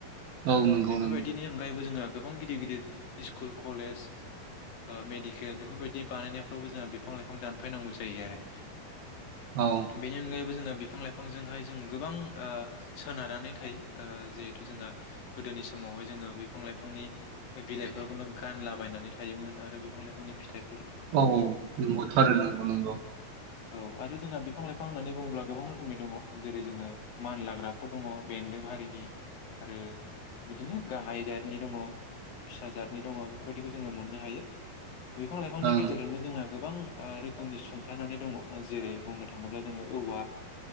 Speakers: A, on the right; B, on the left.
A: औ
B: ओ
A: नंगौ
B: बेफोरबायदिनि
A: नंगौ
B: अनगायैबो जोंहा गोबां गिदिर गिदिर स्कुल कलेज ओ मेडिकेल बेफोरबायदि बानायनायफ्रावबो जोंहा बिफां लाइफां दानफायनांगौ जायो आरो
A: औ
B: बेनि अनगायैबो जोङो बिफां लाइफांजोंहाय जों गोबां ओ सोनारनानै थायो ओ जिहेथु जोंहा गोदोनि समावहाय जोङो बिफां लाइफांनि बिलाइफोरखौनो गानलाबायनानै थायोमोन आरो बिफां लाइफांनि फिथाइ
A: औ नंगौथ' आरो नंगौ नंगौ
B: औ आरो जोंहा बिफां लाइफां होननानै बुङोब्ला गोबां रोखोमनि दङ जेरै जोङो मान लाग्रा फोर दङ बेन्दों हारिनि आरो बिदिनो गाहाय जतनि दङ फिसा जादनि दङ बेफोरबायदिखौ जोङो मोननो हायो बिफां लाइफांनि
A: ओं
B: गेजेरजोंनो जोंहा गोबां ओ रोखोम नि सुंथानानै दङ जेरै बुंनो थां थाङोब्ला जोङो औवा